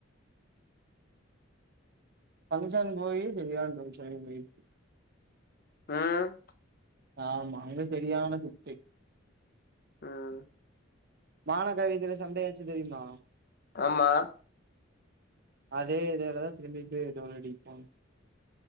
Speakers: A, on the right; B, on the left.
A: பங்க்ஷன் போய் சரியான பங்சஷனுக்கு போயி
B: ம்
A: ஆமா இவன் சரியான சுட்டி
B: ம்
A: மானகவிதையில சண்டையாச்சு தெரியுமா
B: ஆமா
A: அதே இதாலதான் திரும்பிட்டு தோணடிப்போம்